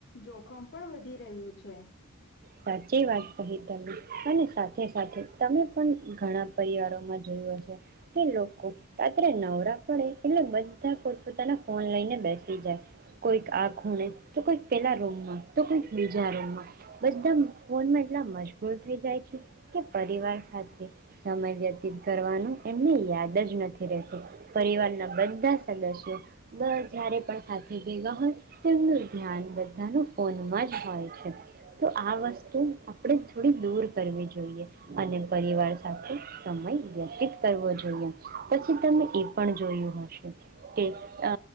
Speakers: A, on the left; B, on the right.
A: જોખમ પણ વધી રહ્યું છે.
B: સાચી વાત કહી તમે અને સાથે સાથે તમે પણ ઘણા પરિવારોમાં જોયો છે કે લોકો રાત્રે નવરા પડે એટલે બધા પોતપોતાના ફોન લઈને બેસી જાય. કોઈક આ ખૂણે તો કોઈક પેલા રૂમમાં તો કોઈક બીજા રૂમમાં. બધા ફોનમાં એટલા મજબૂર થઈ જાય છે કે પરિવાર સાથે સમય વ્યતીત કરવાનું એમને યાદ જ નથી રહેતું પરિવારના બધા સદસ્યો બ હજારે પણ સાથે ભેગા હોય તેમનું ધ્યાન બધાનું ફોનમાં જ હોય છે. તો આ વસ્તુ આપણે થોડી દૂર કરવી જોઈએ અને પરિવાર સાથે સમય વ્યતીત કરવો જોઈએ. પછી તમે એ પણ જોયું હશે કે અ